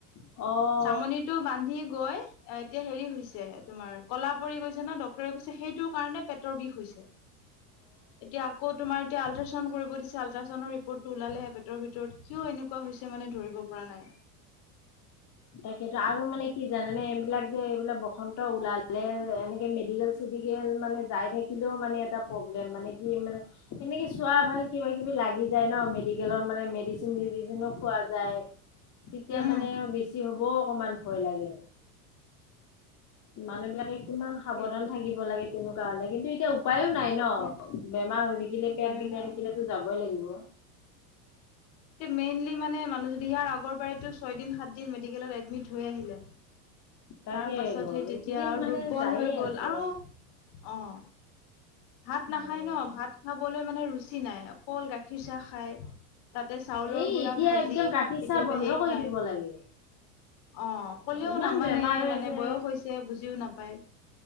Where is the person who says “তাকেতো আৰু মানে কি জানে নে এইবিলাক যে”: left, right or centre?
Left